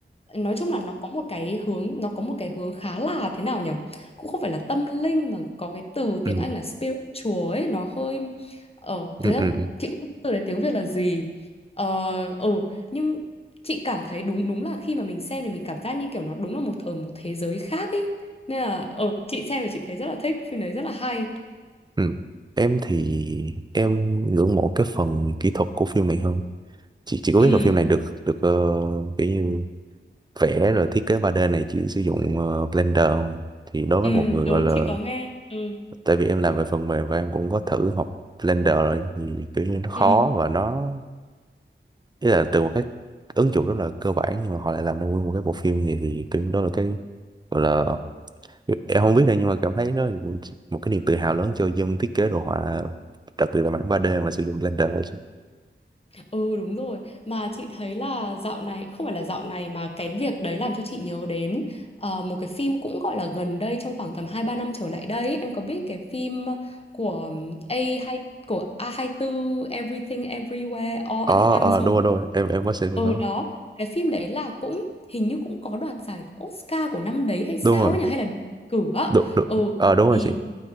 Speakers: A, on the left; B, on the right.
A: nói chung là nó có một cái hướng nó có một cái hướng khá là thế nào nhỉ cũng không phải là tâm linh mà có cái từ tiếng
B: ừ
A: Anh là spiritual ấy nó hơi ờ
B: ừ
A: thế là
B: ừ
A: chị cũng không biết từ đấy tiếng Việt là gì ờ ừ nhưng chị cảm thấy đúng đúng là khi mà mình xem thì mình cảm giác như kiểu nó đúng là một ở một thế giới khác ấy nên là ờ chị xem thì chị thấy rất là thích phim đấy rất là hay
B: Ừ. Em thì em ngưỡng mộ cái phần kỹ thuật của phim này hơn. Chị chị có
A: ừ
B: biết là phim này được được ờ, kiểu như vẽ rồi thiết kế ba d này chỉ sử dụng ờ, Blender không? Thì đối với
A: ừ
B: một người gọi
A: đúng
B: là
A: chị có nghe ừ
B: tại vì em làm về phần mềm và em cũng có thử học Blender rồi thì kiểu như nó khó
A: ừ
B: và nó ý là từ một cái ứng dụng rất là cơ bản mà họ lại làm ra nguyên một cái bộ phim như vậy thì kiểu như đó là cái gọi là em không biết đâu nhưng mà cảm thấy nó một cái niềm tự hào lớn cho dân thiết kế đồ họa đặc biệt là bản ba d mà sử dụng Blender đó chị
A: Ừ đúng rồi Mà chị thấy là dạo này Không phải là dạo này mà cái việc đấy làm cho chị nhớ đến ờ, Một cái phim cũng gọi là gần đây Trong khoảng tầm hai ba năm trở lại đây ấy. Em có biết cái phim của um, A hai của A24 hai tư Everything Everywhere All
B: ờ
A: at Once
B: ờ
A: không?
B: đúng rồi đúng rồi em em có xem
A: Ừ
B: nó
A: đó Cái phim đấy là cũng Hình như cũng có đoạt giải Oscar của năm đấy hay sao
B: đúng rồi
A: ấy nhỉ Hay là đề cử á
B: đúng đúng
A: Ừ
B: ờ đúng rồi
A: thì
B: chị